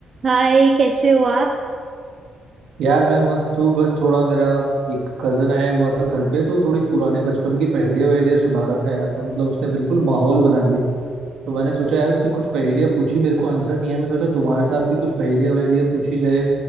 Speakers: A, on the right; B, on the right.
A: हाय कैसे हो आप
B: यार मैं मस्त हूँ बस थोड़ा मेरा एक कजन आया हुआ था घर पे तो थोड़ी पुराने बचपन की पहेलियां वहेलियां सुना रहा था यार तो मतलब उसने बिल्कुल माहौल बना दिया तो मैंने सोचा यार उसने कुछ पहेलियां पूछी मेरे को आंसर नहीं है मैं सोचा तुम्हारे साथ भी कुछ पहेलियां वहेलियां पूछी जाए